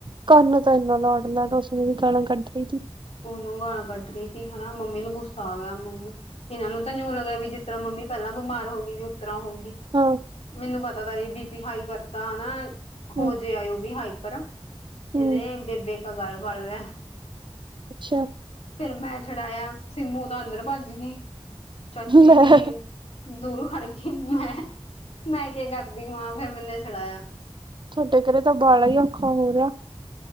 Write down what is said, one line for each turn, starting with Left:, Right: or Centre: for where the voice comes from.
Right: ਕਰਨਨ ਤਾਂ ਇੰਨਾ ਲਾੜ ਲੈ ਲ ਉਸਨੇ ਵੀ ਗਾਲਾਂ ਕੱਢ ਰ ਦੀ।
Left: ਉਹਨੂੰ ਗੱਲ ਕੱਢ ਰਹੀ ਥੀ ਹੈਨਾ, ਮੰਮੀ ਨੂੰ ਗੁੱਸਾ ਆ ਗਿਆ ਮੰਮੀ ਇਹਨਾਂ ਨੂੰ ਤਾਂ ਜਉ ਲੱਗਿਆ ਵੀ ਜਿਸ ਤਰ੍ਹਾਂ ਮੰਮੀ ਮੰਮੀ ਪਹਿਲਾਂ ਬਿਮਾਰ ਹੋ ਗਈ ਸੀ ਉਤਰਾਂ ਹੋਗੀ
Right: ਹਾਂ
Left: ਮੈਨੂੰ ਪਤਾ ਤ ਇਹ ਬੀਪੀ ਹਾਈ ਕਰਤਾ ਹੈਨਾ। ਹੋ
Right: ਹੂੰ
Left: ਜੇ ਆ ਉਹ ਵੀ ਹਾਈਪਰ ਇਹਨੇ
Right: ਹੂੰ
Left: ਬੇਬੇ ਕ ਗੱਲ ਬੜ ਲ
Right: ਅੱਛਾ।
Left: ਫਿਰ ਮੈਂ ਛਡਾਇਆ ਸਮੂ ਤਾਂ ਅੰਦਰ ਭੱਜੀ ਗਈ, ਚਾਚੀ
Right: ਲੈ
Left: ਵੀ ਦੂਰ ਫੜ ਕੇ ਮੈਂ, ਮੈਂ ਕੇ ਕਰਦੀ ਮਾਂ ਫੇਰ ਮੈਨੇ ਛਡਾਇਆ।
Right: ਤੁਹਾਡੇ ਘਰੇ ਤਾਂ ਬਾਲਾ ਈ ਔਖਾ ਹੋ ਰਿਹਾ।